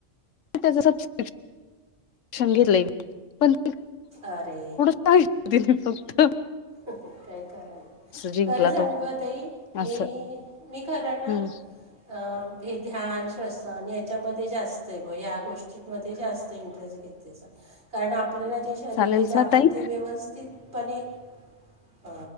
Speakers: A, on the left; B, on the right.
A: त्याच सबस्क्रपश घेतलंय मी पण
B: अरे
A: <unintelligible> दिली फक्तं.
B: काय करायचं,
A: जिंकला
B: खरं सांगू
A: तो
B: का ताई मी.
A: असं
B: मी खरा ना.
A: हम्म
B: अ हे ध्यान शस्त आणि, यांच्यामध्ये जास्त आहे बग ह्या गोष्टी. मध्ये जास्त इंटरेस्ट घेतेसा, कारण आपल्या ते. तरी
A: चालेल
B: दिले
A: स
B: आपण
A: ताई
B: ते व्यवस्थितपणे. ठीक